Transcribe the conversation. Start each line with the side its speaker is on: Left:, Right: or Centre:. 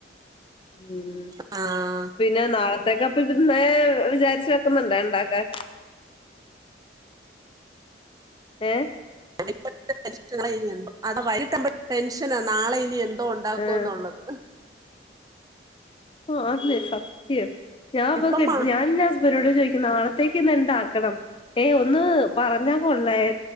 Left: ഉം
Right: ആ
Left: പിന്നെ നാളെ <unintelligible> വിചാരിച്ചു വെക്കുന്നുണ്ടോ ഇണ്ടാക്കാൻ ഏ
Right: <inaudible> <inaudible> അത വൈകിട്ടാമ്പ് ടെൻഷനാ നാളെ ഇനി എന്ത് ഒണ്ടാക്കോന്ന്
Left: ആ
Right: ഒള്ളത്
Left: ആ അതെ സത്യം ഞാൻ
Right: ഇപ്പം
Left: പക
Right: മാ
Left: ഞാൻ ഇനി ഹസ് അരോട് ചോദിക്കുന്നു നാളത്തേക്ക് ഇന്ന് എന്ത് ആക്കണം ഏ ഒന്ന് പറഞ്ഞാ കൊള്ളായി